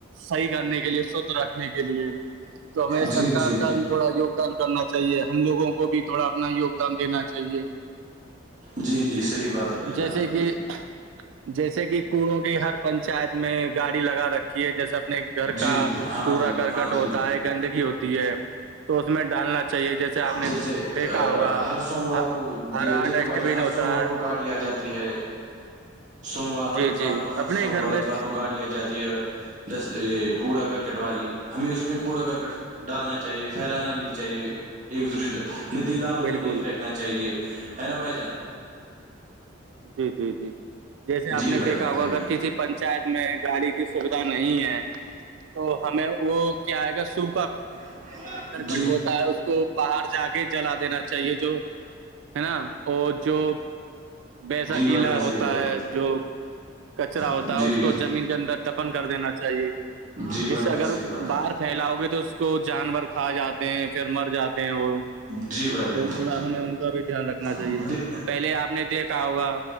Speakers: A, on the right; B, on the right.
A: صحیح کرنے کے لیے شھ رکھنے کے لیے <unintelligible> تو ہمیں سرار
B: جی جی جی
A: کا بھی تھوڑا یگدان کرنا چاہیے ہم لگوں کو بھی تھوڑا اپنا یوگ دان دینا <unintelligible> چاہیے
B: جی جی صحیح بات ہے بھائی جان
A: جیسے
B: آپ
A: کہ
B: کی
A: <unintelligible> جیسے کہ کوڑوں کی ہر پنچایت میں گاڑی لگا رکھی ہے جیسے اپنے گھر
B: جی
A: کا
B: ہاں
A: کوڑا
B: جی
A: کرکٹ
B: ہاں
A: ہوتا
B: جی
A: ہے گندگی ہوتی ہے تو اس میں ڈالنا چاہیے جیسے آپ نے
B: جیسے
A: دیکھا ہوگا
B: ہر سوموار کو
A: ہرا
B: دیکھو
A: ڈسٹ
B: بھائی جان
A: بین
B: ہر
A: ہوتا
B: سوموار
A: <unintelligible>
B: کو گاڑی آ جاتی ہے سوموار اور
A: جی
B: اتوار
A: جی
B: کو ہر
A: اپنے
B: سوموار
A: گھر میں
B: اتوار کو گاڑی جاتی ہے اور جس یہ کوڑا کرکٹ والی ہمیں اس میں کوڑا کرکٹ ڈالنا چاہیے پھیلانا نہیں چاہیے ایک دوسرے سے ندی لالوں
A: بالکل
B: میں نہیں پھینکناے
A: بال
B: چاہیے ہے نا بھائی جان
A: جی جی جی جیسے آپ
B: جی
A: نے
B: بھائی
A: دیکھا
B: جان
A: ہوا
B: صحیح
A: اگر کسی پنچایت میں گاڑی کی سویدھا نہیں ہے تو ہمیں وہ کیا آئے گا سو کا
B: ا <unintelligible>
A: کٹ ہوتا ہے اس کو باہر جا کے جلا دینا چاہیے جو ہے نا اور جو بییسا
B: جی بھائی
A: گیلا
B: جان صحیح
A: ہوتا
B: بول
A: ہے جو کچرا ہوتا
B: جی
A: ہے اس کو
B: جی
A: زمین اندر تپن کر دینا چاہیے
B: جی بھائی
A: جیسے
B: جان
A: اگر
B: صحیح بات ہے
A: باہار پ <unintelligible> پھیلاؤ گے تو اس کو جانور کھا جاتے ہیں پھر مر جاتے ہیں وہ
B: جی بھائی جان
A: تو تھوڑا
B: جی
A: ہمیں ان کا بھی دھیان رکھنا چاہیے
B: جی
A: پہلے آپ نے دیکھا ہوگا